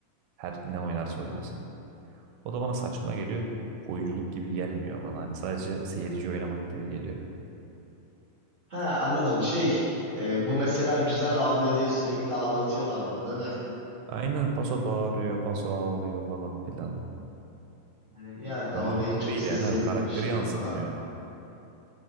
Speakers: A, on the right (about 75°); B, on the right (about 55°).
A: Her ne oynarsa oynasın. O da bana saçma geliyor. Oyunculuk gibi gelmiyor bana. Hani sadece seyirci oynamak gibi geliyor.
B: Ha anladım şey e, bu mesela güzel ağlıyor diye sürekli ağlatıyorlar bunu değil mi?
A: Aynen paso bağırıyor, paso ağlıyor falan filan.
B: Yani, ya tamam
A: Oyunculuk
B: en
A: bu
B: çok
A: değil
B: ses
A: yani
B: seninmiş
A: abi karakteri
B: ya
A: yansıtmıyor.
B: falan.